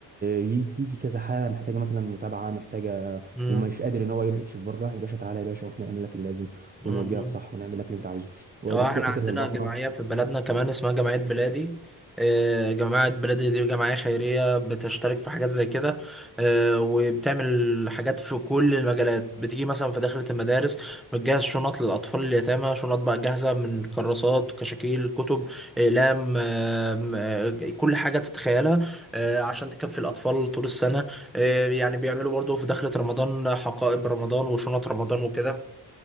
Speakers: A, on the right (about 20°); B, in the centre.
A: يجي يجي كذا حالة محتاجة مثلا متابعة محتاجة
B: مم.
A: ومش قادر إن هو يروح يكشف بره يا باشا تعالى يا باشا وإحنا نعمل لك اللازم
B: مم.
A: ونوجهك صح ونعمل لك اللي أنت عايزه ودكتور
B: اه احنا
A: كاتره
B: عندنا
A: الباطنة
B: جمعية في بلدنا كمان اسمها جمعية بلادي آه، جماعة بلادي دي جمعية خيرية بتشترك في حاجات زي كده آه، وبتعمل حاجات في كل المجالات بتيجي مثلا في داخلة المدارس بتجهز شنط للأطفال اليتامى شنط بقى جاهزة من كراسات كشاكيل كتب أقلام آم، آه، كل حاجة تتخيلها آه، عشان تكفي الأطفال طول السنة آه، يعني بيعملوا برضو في داخلة رمضان حقائب رمضان وشنط رمضان وكده